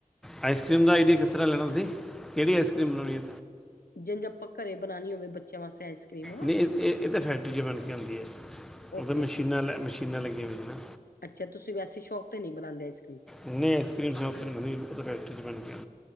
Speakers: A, in the centre; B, on the left.
A: ਆਈਸਕ੍ਰੀਮ ਦਾ ਆਈਡੀਆ ਕਿਸ ਤਰ੍ਹਾਂ ਲੈਣਾ ਤੁਸੀਂ, ਕਿਹੜੀ ਆਈਸਕੀਮ ਬਣਾਉਣੀ ਆ।
B: ਜਿਨਜ ਆਪਾਂ ਘਰੇ ਬਣਾਣੀ ਹੋਵੇ ਬੱਚਿਆਂ ਵਾਸਤੇ ਆਈਸ ਕਰ੍ਰੀਮ
A: ਨਹੀਂ ਏ ਏ ਤੇ ਫੈਕਟਰੀ ਚ ਬਣ ਕੇ ਆਂਦੀ ਐ,
B: ਓਕੇ
A: ਉਨ ਤਾਂ ਮਸ਼ੀਨਾਂ ਲੈ ਮਸ਼ੀਨਾਂ ਲੱਗੀਆਂ ਹੋਈਆਂ ਨ।
B: ਅੱਛਾ ਤੁਸੀਂ ਵੇਸੇ ਸ਼ੋਪ ਤੇ ਨਹੀਂ ਬਣਾਂਦੇ ਆਈਸਕੀਮ।
A: ਨ ਆਈਸ ਕਰ੍ਰੀਮ ਸ਼ੋਪ ਤੇ ਨਹੀਂ ਬਣਦੀ, ਡਾਰੇਕਟ ਬਨਕੇ ਆ